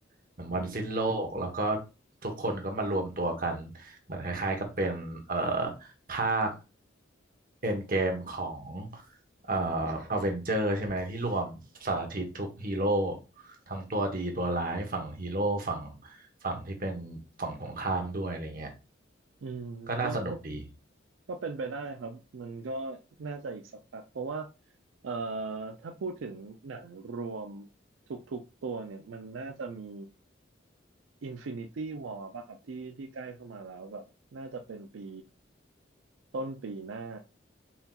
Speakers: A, on the right; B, on the right.
A: เหมือนวันสิ้นโลกแล้วก็
B: อืม
A: ทุกคนก็มารวมตัวกันเหมือนคล้ายๆกับเป็นเอ่อภาคเอ็นเกมของ เอ่ออเวนเจอร์ใช่ไหมที่รวมสารทิศทุกฮีโร่ทั้งตัวดีตัวร้ายฝั่งฮีโร่ฝั่งฝั่งที่เป็นฝั่งตรงข้ามด้วยอะไรเงี้ย
B: อืมก็ก็
A: ก็น่าสนุกดี
B: ก็เป็นไปได้ครับมันก็น่าจะอีกสักพักเพราะว่าเอ่อถ้าพูดถึงหนังรวมทุกๆตัวเนี่ย มันน่าจะมี Infinity War ป่ะครับที่ที่ใกล้เข้ามาแล้วแบบน่าจะเป็นปีต้นปีหน้า